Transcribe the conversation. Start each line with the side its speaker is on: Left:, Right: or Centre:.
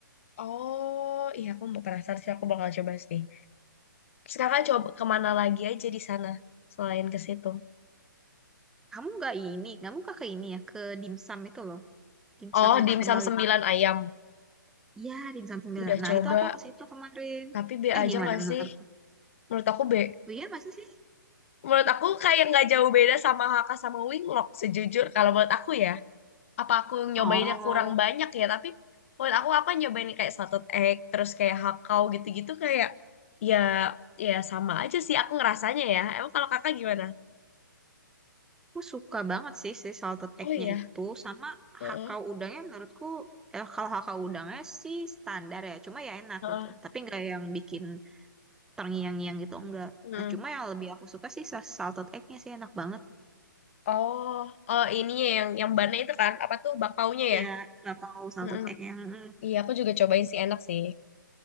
Left: Oh, iya aku mau penasaran sih aku bakal coba sih. Terus kakak coba kemana lagi aja di sana selain ke situ?
Centre: kamu nggak ini kamu nggak ke ini ya ke dimsum itu loh dimsum
Left: Oh,
Centre: yang
Left: dimsum
Centre: terkenal
Left: sembilan
Centre: itu
Left: ayam.
Centre: iya dimsum sembilan
Left: Udah
Centre: nah
Left: coba,
Centre: itu aku ke situ kemarin
Left: tapi B
Centre: eh
Left: aja
Centre: gimana
Left: nggak
Centre: menurut
Left: sih? Menurut aku B.
Centre: iya masa sih
Left: Menurut aku kayak nggak jauh beda sama Haka sama Winglok sejujur kalau menurut aku ya. apa aku nyobainnya
Centre: oh
Left: kurang banyak ya tapi menurut aku aku kan nyobain kayak satu egg terus kayak hakau gitu-gitu kayak ya ya sama aja sih aku ngerasanya ya emang kalau kakak gimana
Centre: Aku suka banget sih si salted
Left: oh
Centre: egg-nya
Left: iya
Centre: itu sama
Left: Heeh.
Centre: hakau udangnya menurutku eh, kalau hakau udangnya sih standar ya cuma ya enak
Left: Heeh.
Centre: gitu tapi nggak yang bikin terngiang-ngiang gitu enggak
Left: Heeh.
Centre: nah cuma yang lebih aku suka sih sa- salted egg-nya sih enak banget
Left: oh oh ini ya yang yang bannya itu kan apa tuh bakpaunya ya
Centre: ya nggak mau salted
Left: Heeh.
Centre: egg yang mm,
Left: iya aku juga cobain sih enak sih